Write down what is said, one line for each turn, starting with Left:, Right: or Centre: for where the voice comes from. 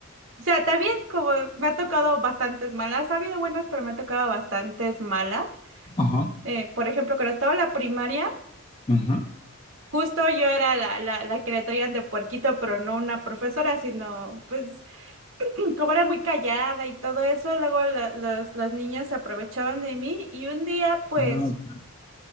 Right: O sea, también como me ha tocado bastantes malas. Ha habido buenas, pero me ha tocado bastantes malas.
Left: Ajá,
Right: Eh, por ejemplo, cuando estaba en la primaria,
Left: ajá,
Right: justo yo era la, la, la que le traían de puerquito, pero no una profesora, sino pues <clears throat> como era muy callada y todo eso, luego la- las las niñas se aprovechaban de mí y un día pues
Left: Ah, ok.